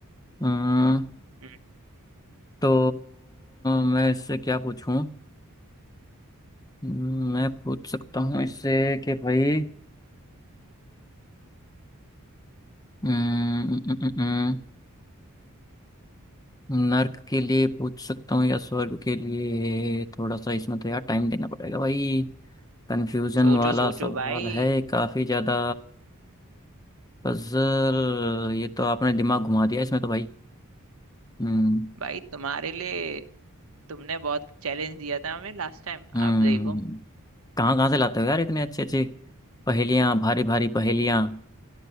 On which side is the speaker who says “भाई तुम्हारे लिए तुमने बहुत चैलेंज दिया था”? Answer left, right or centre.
Right